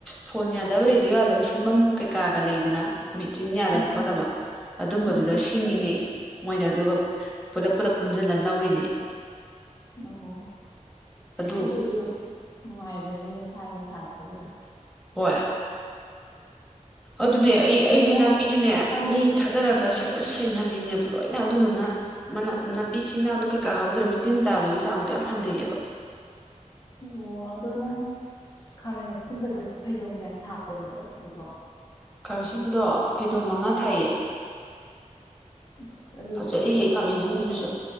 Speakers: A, in the centre; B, on the left.
A: ꯐꯣꯟ ꯌꯥꯗꯕ ꯔꯦꯗꯤꯑꯣ ꯌꯥꯗꯕ ꯁꯦꯝꯐꯝ ꯀꯩꯀꯥꯒ ꯂꯩꯗꯅ ꯃꯦꯆꯤꯟ ꯌꯥꯗꯕ
B: ꯎꯝ
A: ꯈꯣꯠꯇꯕ ꯑꯗꯨꯝꯕꯗꯨꯗ
B: ꯎꯝ
A: ꯁꯤꯡꯉꯤꯅꯦ ꯃꯣꯏꯗ ꯑꯗꯨꯒ ꯄꯨꯂꯞ ꯄꯨꯂꯞ ꯄꯨꯟꯖꯜꯂ ꯂꯧꯔꯤꯅꯦ
B: ꯑꯣ
A: ꯑꯗꯨ
B: ꯑꯗꯨꯁꯨ ꯅꯨꯡꯉꯥꯏꯕꯅꯤꯅꯦ ꯊꯥꯏꯅ ꯁꯥꯟꯅꯕꯗ
A: ꯍꯣꯏ ꯑꯗꯨꯅꯦ ꯑꯩ
B: ꯑꯗꯨꯒ
A: ꯑꯩꯗꯤ ꯅꯥꯄꯤꯖꯨꯅꯦ
B: ꯈꯥꯃꯦꯟ
A: ꯃꯤ ꯊꯥꯗꯔꯒ
B: ꯎꯝ
A: ꯁꯦꯡ ꯁꯦꯡꯍꯜꯂꯤꯅꯦꯕ ꯂꯣꯏꯅ ꯑꯗꯨꯗꯨꯅ ꯃ ꯅꯥꯄꯤꯁꯤꯡꯅꯥꯗ ꯀꯩꯀꯥ ꯍꯧꯗ꯭ꯔꯃꯤ ꯇꯤꯟ ꯇꯥꯕꯒꯤ ꯆꯥꯡꯗꯣ ꯌꯥꯝ ꯍꯟꯊꯩꯑꯦꯕ
B: ꯑꯣ ꯑꯗꯣ ꯅꯪ ꯈꯥꯃꯦꯟ ꯑꯁꯤꯟꯕꯗꯨ ꯐꯩꯗꯧꯗꯦ ꯊꯥ ꯀꯩꯅꯣ ꯇꯧꯔꯤꯁꯤꯕꯣ
A: ꯈꯥꯃꯦꯟꯁꯤꯟꯕꯗꯣ ꯐꯩꯗꯣꯝ ꯃꯉꯥ ꯊꯥꯏꯌꯦ
B: ꯑꯁ ꯑꯗꯨꯗꯤ
A: ꯐꯖꯔꯤꯌꯦ
B: ꯐꯖꯅ
A: ꯈꯥꯃꯦꯟꯁꯤꯟꯕꯖꯤꯖꯨ
B: ꯊꯥꯜꯂꯝꯅꯤꯕꯣ